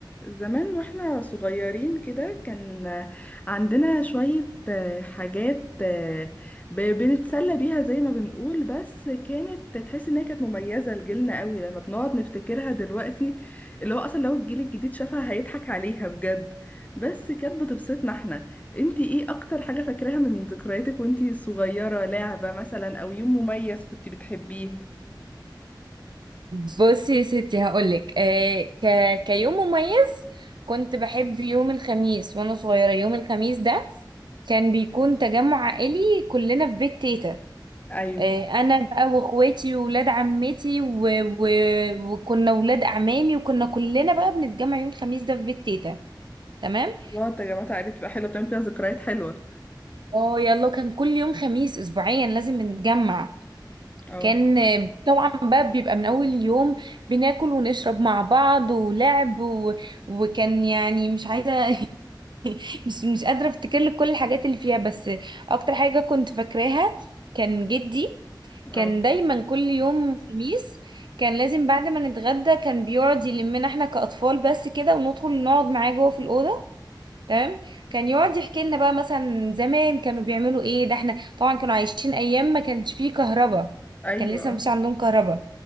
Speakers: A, on the left; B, on the right.
A: زمان واحنا صغيرين كده كان عندنا شوية آه، حاجات آه، ب- بنتسلى بيها زي ما بنقول بس كانت تحس انها كانت مميزة لجيلنا قوي لما بنقعد نفتكرها دلوقتي اللي هو اصلا لو الجيل الجديد شافها هيضحك عليها بجد بس كانت بتبسطنا احنا انتي ايه اكتر حاجة فاكراها من ذكرياتك وانتي صغيرة لعبة مثلا او يوم مميز كنت بتحبيه
B: بصي يا ستي هقولك آه ك... كيوم مميز كنت بحب يوم الخميس وانا صغيرة يوم الخميس ده كان بيكون تجمع عائلي كلنا في بيت تيتا
A: ايوه
B: آه انا بقى واخواتي وولاد عمتي و... و... وكنا ولاد اعمامي وكنا كلنا بقى بنتجمع يوم الخميس ده في بيت تيتا تمام
A: الله يا جماعة عائلة بقى حلوة بتعمل فيها ذكريات حلوة
B: اه يلا كان كل يوم خميس اسبوعيا لازم نتجمع
A: اه
B: كان طبعا بقى بيبقى من اول يوم بناكل ونشرب مع بعض ولعب و... وكان يعني مش عايزه <laughs> مش مش قادره افتكر لك كل الحاجات اللي فيها بس اكتر حاجه كنت فاكراها كان جدي
A: اه
B: كان دايما كل يوم خميس كان لازم بعد ما نتغدى كان بيقعد يلمنا احنا كأطفال بس كده وندخل نقعد معاه جوه في الأوضة تمام كان يقعد يحكي لنا بقى مثلا زمان كانوا بيعملوا ايه ده احنا طبعا كانوا عايشين ايام ما كانش فيه كهرباء
A: ايوه
B: كان لسه
A: اه
B: مفيش عندهم كهرباء